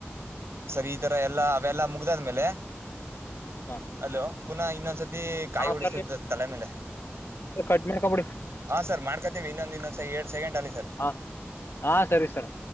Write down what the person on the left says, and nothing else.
ಹಾ
ಸರ್
ಕಟ್ ಮಾಡ್ಕೊಬಿಡಿ
ಹ ಹಾ ಸರಿ ಸರ್